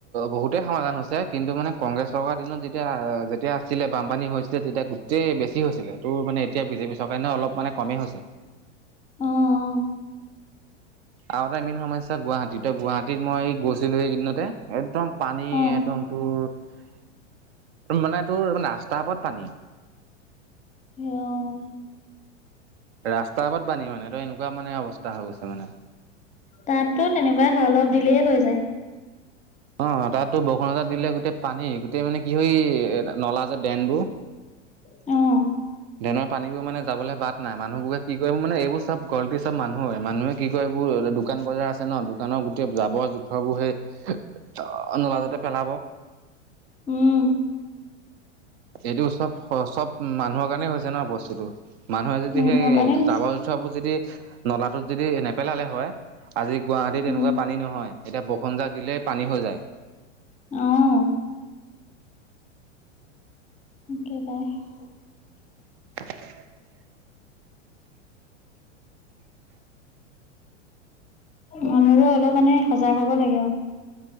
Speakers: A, on the right; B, on the left.
A: বহুতেই সমাধান হৈছে কিন্তু মানে কংগ্ৰেছ চৰকাৰ দিনত যেতিয়া যেতিয়া আছিলে বানপানী হৈছিলে তেতিয়া গোটেই বেছি হৈছিলে, তোৰ মানে এতিয়া বিজেপি চৰকাৰে নহে অলপ মানে কমেই হৈছে।
B: অ',
A: আৰু এটা মেইন সমস্যা গুৱাহাটী তো গুৱাহাটীত মই গৈছিলোঁ এইকিদিনতে একদম, পানী
B: অ
A: একদম তোৰ মানে তোৰ ৰাস্তাৰ ওপৰত পানী।
B: সেৱাও
A: ৰাস্তাৰাত বানী মানে ত একুৱা মানে অৱস্থা হৈ গৈছে মানে।
B: তাতো তেনেকুৱাই অলপ দিলেই হৈ যায়।
A: অ, তাতো বৰসুণজাত দিলে গোটেই পানী গোটেই মানে কি হয় এ নলা যে ড্ৰেনবোৰ,
B: অ',
A: ড্ৰেনৰ পানীবোৰ মানে যাবলৈ বাদ নাই। মানুহবোৰকে কি কৰিব মানে এইবোৰ চব গলটি চব মানুহে মানুহে কি কয় এইবোৰ দোকান বজাৰ আছে ন, দোকানৰ গোটেই জাবৰ জোথৰ বোৰ সেই অ, নোলাজতে পেলাব।
B: উম,
A: এইটো চব-চব মানুহৰ কাৰণেই হৈছে ন বস্তুটো মানুহে যদি
B: মানুহৰ
A: সেই
B: কাৰণে হৈছে
A: জাবৰ, জোথৰবোৰ যদি নলাটোত যদি নেপেলালে হয়। আজি গুৱাহাটী
B: উম
A: এনেকুৱা পানী নহয়, এতিয়া বৰষুণ এজাক দিলেই পানী হৈ যায়।
B: অ', <unintelligible>
A: <inaudible>
B: মানুহবোৰ অলপ মানে সজাগ হ'ব লাগে আৰু।